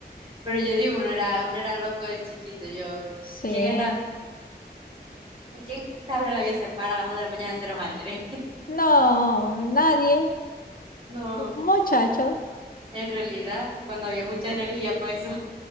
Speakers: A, on the right; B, on the left.
A: Pero yo digo, uno era, uno era loco de chiquito. Yo,
B: Sí.
A: ¿quién está, quién está abriendo la vía se para a las 2 de la mañana a hacer hojaldre? <laughs>
B: No, nadie.
A: No,
B: Muchacho,
A: en realidad, cuando había mucha energía para eso,